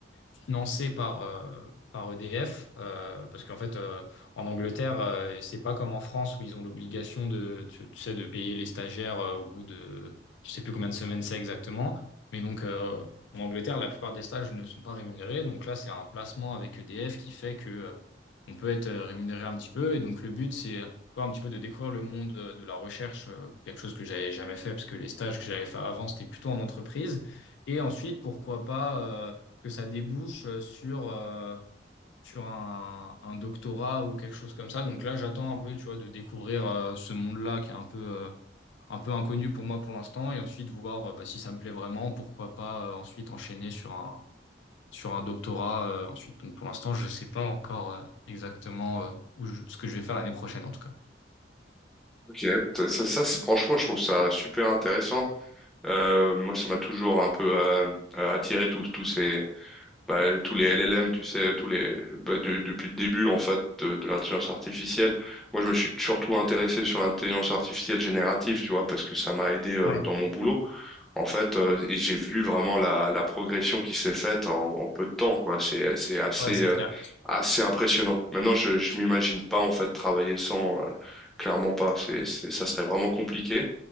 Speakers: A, on the left; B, in the centre.
A: financé par, euh, par EDF, euh, parce qu'en fait, euh, en Angleterre, euh, c'est pas comme en France où ils ont l'obligation de, tu, tu sais, de payer les stagiaires euh, au bout de, je sais plus combien de semaines c'est exactement, mais donc euh, en Angleterre, la plupart des stages ne sont pas rémunérés, donc là, c'est un placement avec EDF qui fait que euh, on peut être euh, rémunéré un petit peu, et donc le but, c'est euh, tu vois, un petit peu de découvrir le monde euh, de la recherche, euh, quelque chose que j'avais jamais fait, parce que les stages que j'avais fait avant, c'était plutôt en entreprise. Et ensuite, pourquoi pas euh, que ça débouche euh, sur, euh, sur un, un doctorat ou quelque chose comme ça. Donc là, j'attends un peu, tu vois, de découvrir euh, ce monde-là qui est un peu, euh, un peu inconnu pour moi pour l'instant et ensuite voir euh, bah, si ça me plaît vraiment, pourquoi pas euh, ensuite enchaîner sur un, sur un doctorat euh, ensuite. Donc pour l'instant, je sais pas encore euh, exactement euh, où je- ce que je vais faire l'année prochaine en tout cas.
B: Ok, ça, ça, ça, c'est- franchement, je trouve ça super intéressant. Euh, moi, ça m'a toujours un peu euh, euh, attiré tous tous ces bah, tous les LLM, tu sais, tous les bah, de- depuis le début en fait de, de l'intelligence artificielle. Moi, je me suis surtout intéressé sur l'intelligence artificielle générative, tu vois, parce que ça m'a aidé euh,
A: Ouais,
B: dans mon boulot. En fait, euh, et j'ai vu vraiment la, la progression qui s'est faite en, en peu de temps, quoi. C'est c'est assez
A: ouais, c'est
B: euh,
A: clair.
B: assez impressionnant. Maintenant, je je m'imagine pas en fait travailler sans, euh, clairement pas. C'est c'est ça serait vraiment compliqué.